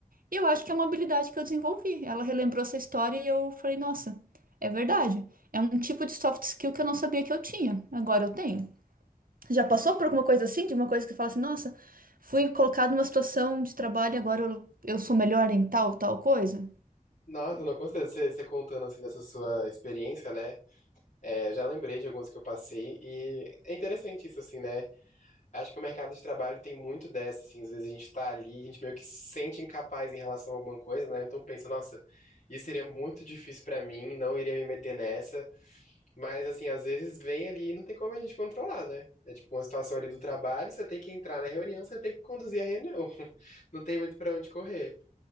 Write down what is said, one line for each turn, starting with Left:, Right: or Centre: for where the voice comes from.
Right: E eu acho que é uma habilidade que eu desenvolvi. Ela relembrou essa história e eu falei, nossa, é verdade. É um tipo de soft skill que eu não sabia que eu tinha. Agora eu tenho. Já passou por alguma coisa assim? De uma coisa que você fala assim, nossa, fui colocado numa situação de trabalho e agora eu, eu sou melhor em tal, tal coisa?
Left: Nossa, não consigo você, você contando assim dessa sua experiência, né? É, eu já lembrei de algumas que eu passei e é interessante isso, assim, né? Acho que o mercado de trabalho tem muito dessa, assim, às vezes a gente tá ali, a gente meio que se sente incapaz em relação a alguma coisa, né? Então pensa, nossa, isso seria muito difícil pra mim, não iria me meter nessa. Mas, assim, às vezes vem ali e não tem como a gente controlar, né? É tipo uma situação ali do trabalho, você tem que entrar na reunião, você tem que conduzir a reunião. <laughs> Não tem muito pra onde correr.